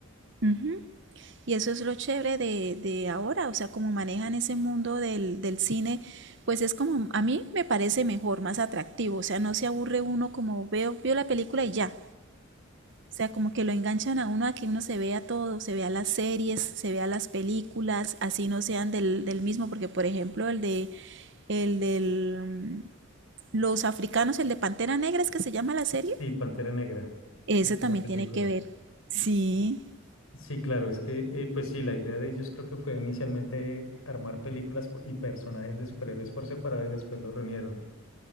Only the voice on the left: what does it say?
Sí, Pantera Negra
es
la película.
Sí, claro, es que eh, pues sí, la idea de ellos creo que fue inicialmente armar películas po- y personajes de superhéroes por separado y después los reunieron.